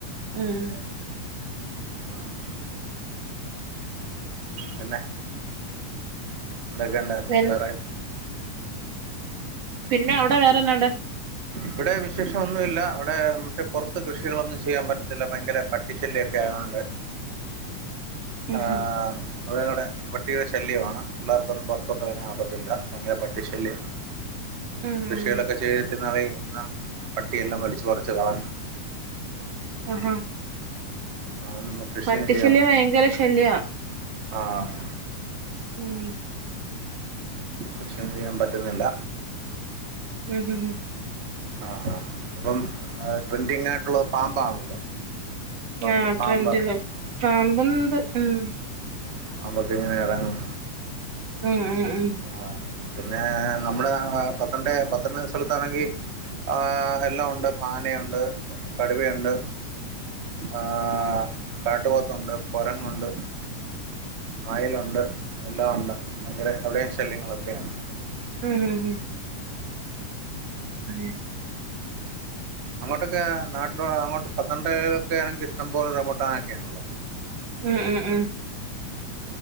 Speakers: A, on the right (about 55°); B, on the right (about 40°).
A: ഉം
B: ആഹ് പിന്നെ എന്തൊക്കെണ്ട്
A: പി
B: വേറെ
A: പിന്നെ അവ്ടെ വേറെന്നാ ഒണ്ട്
B: ഇവടെ വിശേഷം ഒന്നും ഇല്ല ഇവടെ മറ്റേ പൊറത്ത് കൃഷികളൊന്നും ചെയ്യാൻ പറ്റത്തില്ലാ ബയങ്കര പട്ടി ശല്യാക്കെ ആയൊണ്ട്
A: ഉം
B: ആഹ് വ്ടെ <unintelligible> പട്ടിടെ ശല്യമാണ് പിള്ളേർക്കൊന്നും പൊറത്തോട്ട് എറങ്ങാൻ ഒക്കത്തില്ലാ. ഭയങ്കര പട്ടിശല്യം
A: ഉം
B: കൃഷികളൊക്കെ
A: ഉം
B: ചെയ്ത് ക്ക് ന്നാ ണേൽ എല്ലം പട്ടിയെല്ലാം വലിച്ച് പറിച്ച് കളാ
A: ആഹ് ഹാ
B: അഹ് ഒന്നും കൃഷി
A: പട്ടിശല്യം
B: യൊന്നു ചെയ്യാ <unintelligible>
A: ഭയങ്കര ശല്യ
B: ആഹ്
A: ഉം
B: കൃഷിയൊന്നും ചെയ്യാൻ പറ്റ്ന്നില്ലാ
A: ഉം ഉം ഉം
B: ആഹ് ആഹ് ഇപ്പം ട്രിൻറിങ് ആയ്ട്ടൊള്ളത് പാമ്പാണല്ലോ പാമ്പ്
A: ആഹ്
B: പാമ്പ്
A: ട്രെൻഡില് പാമ്പുംണ്ട് ഉം
B: പാമ്പൊക്കെ ഇങ്ങനെ എറങ്ങും
A: ഉം ഉം ഉം
B: ആഹ് പിന്നെ നമ്മള് <unintelligible> സ്ഥലത്താണെങ്കി ആഹ് എല്ലാം ഒണ്ട് ആനയൊണ്ട് കടുവയുണ്ട് ആഹ് കാട്ട് പോത്തൊണ്ട് കൊരങ്ങ് ഒണ്ട് ആയലൊണ്ട് എല്ലാം ഒണ്ട് അങ്ങനേ അവടെയും ശല്യങ്ങളൊക്കെയാണ്
A: ഉം ഉം ഉം <unintelligible>
B: അങ്ങോട്ടൊക്കെ നാട്ടില് അങ്ങോട്ട് പത്തനംട്ടേ ആണെങ്കി ഇഷ്ടം പോലെ റേബൂട്ടാനൊക്കെയാഉള്ളെ
A: ഉം ഉം ഉം